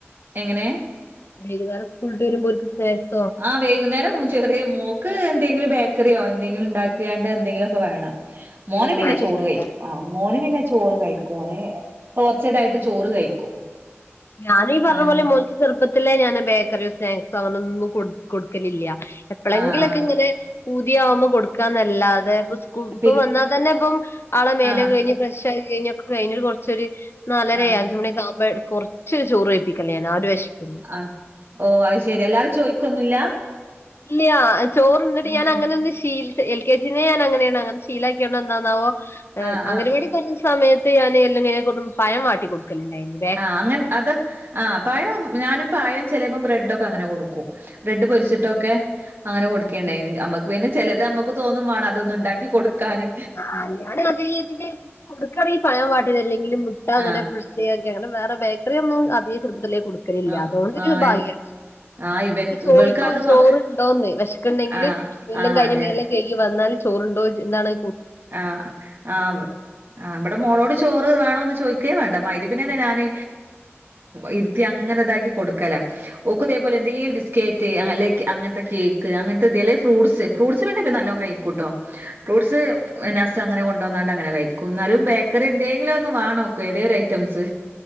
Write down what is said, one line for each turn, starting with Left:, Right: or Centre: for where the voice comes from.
Right: എങ്ങനെ
Left: വൈകുന്നേരം സ്കൂൾ വിട്ടാരുമ്പൊരു സ്നാക്സ്
Right: ആഹ് വൈകുന്നേരം ചെറിയ മോക്ക് എന്തെങ്കിലും ബേക്കറിയോ എന്തെങ്കിലും ഉണ്ടാക്കിയാണ്ട് എന്തെങ്കിലുമൊക്കെ വേണം മോന്
Left: എന്നും
Right: പിന്നെ
Left: വേണ്ടിവരുല്ലേ
Right: ചോറ് കഴിക്കും ആ മോന് പിന്നെ ചോറ് കഴിക്കും ഓന് കുറച്ചക്കായിട്ട് ചോറ് കഴിക്കും
Left: ഞാനീ പറഞ്ഞ
Right: ഏഹ്
Left: പോലെ മോന്ക്ക് ചെറുപ്പത്തിലെ ഞാൻ ബേക്കറിയോ സ്നാക്സോ അങ്ങനൊന്നും കൊടുക്കലില്ല എപ്പോളെങ്കിലൊക്കെ
Right: ആഹ് ആഹ്
Left: ഇങ്ങനെ പൂതിയാവുമ്പോ കൊടുക്കാന്നല്ലാതെ ഇപ്പൊ
Right: പി
Left: വന്നാൽ തന്നെ ഇപ്പം ആളെ മേലെ
Right: ആഹ്
Left: കേറി ഫ്രഷ ആയി കഴിഞ്ഞ ഒക്കെ കഴിഞ്ഞ മേലെ കുറച്ചൊരു ഇരിക്കും നാലരേ
Right: ആഹ്
Left: അഞ്ച മണിക്ക ആകുമ്പോഴ കുറച്ച ചോറ് കഴിപ്പിക്കലേ ഞാൻ ആ ഒരു വിശപ്പിന്
Right: ആഹ് ഓ അത് ശെരി അല്ലാതെ ചോയ്ക്കൊന്നുല്ല
Left: ഇല്ലയാ ചോറണ്ട്ട്ട്
Right: ഉം
Left: ഞാൻ അങ്ങനെ ഒന്ന് ശീല എൽ കെ ജിനെ ഞാൻ അങ്ങനെയാണ് അങ്ങനെ ശീലാക്കിയ എന്താന്നാവോ
Right: ആഹ്
Left: അങ്ങനെവാടി
Right: ആഹ്
Left: തൻ സയത്ത് ഞാന് എല്ലാ കഴിഞ്ഞപ്പോ പഴംവാടികൊടുക്കലണ്ടയിന്
Right: ആഹ് അങ്ങൻ അത് ആഹ് പഴം ഞാനും പയം ചെലേപ്പം ബ്രെഡൊക്കെ അങ്ങനെ കൊടുക്കും ബ്രെഡ് പൊരിച്ചിട്ടൊക്കെ അങ്ങനെ കൊടുക്കുകുണ്ടായിന് നമ്മുക്ക് പിന്നെ ചിലത് നമ്മുക്ക് തോന്നും വേണം അതൊന്നും ഉണ്ടാക്കി കൊടുക്കാാന്
Left: ആഹ് ഞാൻ അതി കൊടുക്കാനെങ്കിലും പഴ വാട്ടീത് അല്ലെങ്കി മുട്ട അങ്ങനെ
Right: ആഹ്
Left: അക്കെ വേറെ ബേക്കറി ഒന്നും അതേ ചെപ്പത്തിലേ കൊടു പിന്നെല്ല്യ
Right: ആഹ്
Left: അതൊണ്ടൊരു
Right: ആഹ്
Left: ഭാഗ്യാണ്
Right: ആഹ് ഇവൻ
Left: ചോയിക്കും
Right: ഇവൾക്ക് അത്
Left: ചോറണ്ടോന്ന്
Right: വാ
Left: വെശ് ക്ക്ണ്ടെങ്കില്
Right: ആഹ്
Left: എല്ലാം
Right: ആഹ്
Left: കഴിഞ്ഞ്
Right: അതെ
Left: മേലെ കൈകിവന്നാല് ചോറ്ണ്ടോ ജ്ന്താണ്
Right: ആഹ ആ ആ മ്മടെ മോളോട് ചോറ് വേണോന്ന് ചോദിക്കേ വേണ്ട മൈരിപിനെന്നെ ഞാന് <inaudible> അങ്ങനെതാക്കി കൊടുക്കല ഓക്ക ഇതേ പോലെ എന്തെലും ബിസ്ക്കറ്റ് അല്ലെ അങ്ങനത്തെ കേക്ക് അങ്ങനത്തെ ഇതലെ ഫ്രൂട്ട്സ് ഫ്രൂട്സ് പിന്നെ നല്ലോ കഴിക്കൂട്ടോ ഫ്രൂട്ട്സ് നസം അങ്ങെ കൊണ്ട വന്നാണ്ട് അങ്ങനെ കഴിക്കും ന്നാലും ബേക്കറി എന്തെങ്കിലും ഒന്ന് വേനോക്ക് ഏതൊരും ഒരു ഐറ്റംസ്